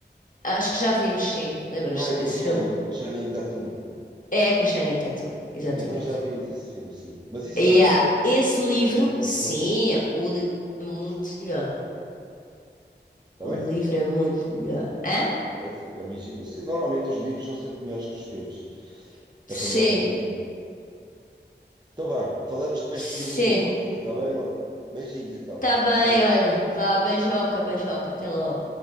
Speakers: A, on the left; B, on the right.
A: Acho que já vimos, sim. Lembras-te
B: Não é com
A: desse
B: aquele
A: filme?
B: Channing Tatum.
A: É com o Channing Tatum, exatamente.
B: Então já vimos esse filme, sim. Mas isso,
A: E
B: olha,
A: Yeah.
B: vamos
A: Esse livro,
B: falar numa próxima
A: sim,
B: vez.
A: é- o livro é muito melhor.
B: Está
A: O
B: bem?
A: livro é muito melhor. Hã?
B: Pois, eu imagino. Eu sei, Normalmente os livros são sempre melhores que os filmes, para
A: Sim,
B: quem gosta de ler. Então vá, falamos depois
A: sim.
B: de filmes noutra altura, está bem, amor? Beijinhos então.
A: Tá bem,
B: Até lá.
A: olha. Vá, beijoca, beijoca. Até logo.